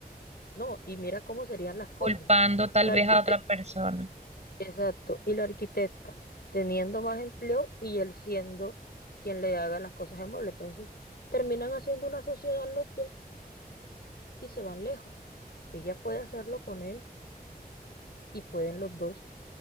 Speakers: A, on the left; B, on the right.
A: No, y mira cómo serían las cosas.
B: culpando tal
A: La
B: vez
A: arquite-
B: a otra persona,
A: Exacto, y la arquitecta teniendo más empleo y él siendo quien le haga las cosas de mueble. Entonces, terminan haciendo una sociedad los dos y se van lejos. Ella puede hacerlo con él y pueden los dos